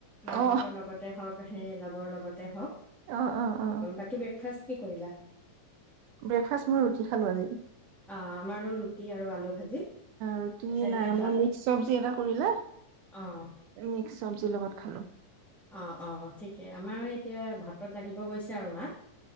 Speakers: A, in the centre; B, on the right.
A: মাহঁতৰ
B: অ
A: লগতে হক হে লগৰ লগতে হক,
B: অ অ অ
A: বাকী ব্ৰেকফাষ্ট কি কৰিলা?
B: ব্ৰেকফাষ্ট মই ৰুটি খালোঁ আজি।
A: অ', আমাৰো ৰুটি আৰু আলু ভাজি
B: ৰুটি
A: তাৰপিছত এতিয়া
B: নাই আমাৰ
A: ভাত
B: মিক্স চবজি এটা কৰিলে
A: অ',
B: মিক্স চব্জি লগত খালো।
A: অ অ ঠিকে আমাৰ এতিয়া ভাতত লাগিব গৈছে আৰু মা